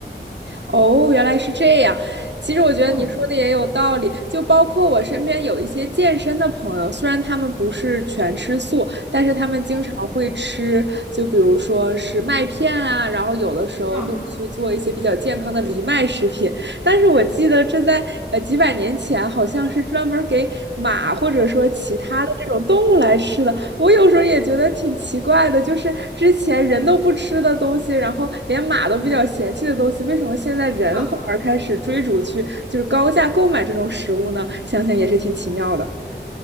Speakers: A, on the right; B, in the centre.
A: 哦，原来是这样。其实我觉得你说的也有道理，
B: 嗯
A: 就包括我身边有一些健身的朋友，虽然他们不是全吃素，但是他们经常会吃，
B: 嗯
A: 就比如说是麦片啊，然后有的时候会去做一些比较健康的藜麦食品。
B: 嗯
A: 但是我记得这在呃几百年前好像是专门给马或者说其他的这种动物来吃的，我有时候也觉得挺奇怪的，就是之前人都不吃的东西，然后连马都比较嫌弃的东西，为什么现在人反而开始追逐去就是高价购买这种食物呢？
B: 嗯
A: 想想也是挺奇妙的。